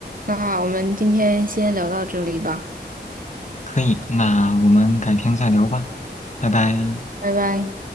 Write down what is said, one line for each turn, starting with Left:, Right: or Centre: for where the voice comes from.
Right: 那我们今天先聊到这里吧，
Left: 可以，那我们改天再聊吧，拜拜。
Right: 拜拜。